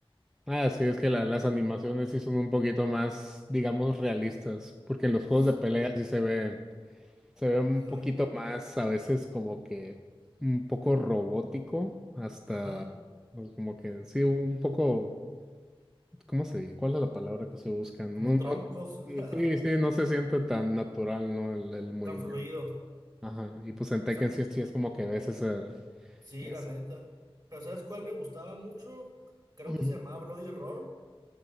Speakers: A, in the centre; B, on the right.
A: Ah, sí, es que la- las animaciones sí son un poquito más, digamos, realistas, porque en los
B: Sí.
A: juegos de pelea sí se ve, se ve un
B: <laughs>
A: poquito más, a veces como que un poco robótico, hasta
B: Ajá,
A: pues, como que sí, un poco. ¿Cómo se? ¿Cuál es la palabra que se busca? No,
B: como
A: no,
B: troncos,
A: sí,
B: <laughs>
A: sí, sí, no se siente tan natural, ¿no? El, el movimiento.
B: tan fluido.
A: Ajá. Y pues en Tekken
B: Sa-
A: sí, es sí es como que ves ese,
B: sí,
A: ese.
B: la neta. Pero ¿sabes cuál me gustaba mucho? Creo
A: Ujú.
B: que se llamaba Bloody Roar,